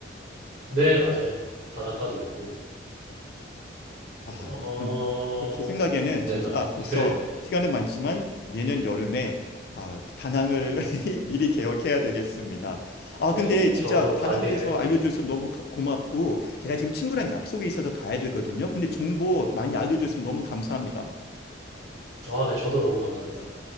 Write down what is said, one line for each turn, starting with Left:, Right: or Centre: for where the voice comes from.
Right: 네 맞아요. 바닷가도 있고.
Left: 아,
Right: 어
Left: 그럼, 그럼, 그럼 제 생각에는
Right: 네
Left: 진짜
Right: 맞아요.
Left: 벌써
Right: 그럴 거예요. 네.
Left: 시간은 많지만 내년 여름에 아, 다낭을 <laughs> 미리 계획해야 되겠습니다.
Right: 네
Left: 아, 근데 진짜
Right: 저도
Left: 다낭
Right: 발리를
Left: 돼서
Right: 네.
Left: 알려줘서 너무 가- 고맙고 제가 지금 친구랑 약속이 있어서 가야 되거든요. 근데 정보 많이 알려줘서 너무 감사합니다.
Right: 아 네 저도 너무 감사합니다.